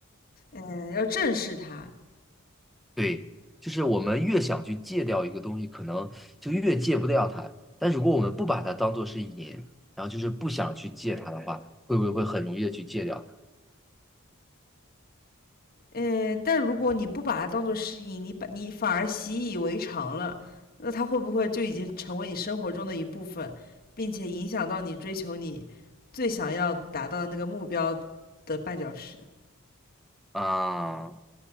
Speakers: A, on the left; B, in the centre.
A: 嗯，要正视它。
B: 对，就是我们越想去戒掉一个东西，可能就越戒不掉它，但如果我们不把它当做是瘾，然后就是不想去戒它的话，会不会会很容易的去戒掉它？
A: 呃，但如果你不把它当做适应，你把你反而习以为常了，那它会不会就已经成为你生活中的一部分，并且影响到你追求你最想要达到的那个目标的绊脚石？
B: 啊，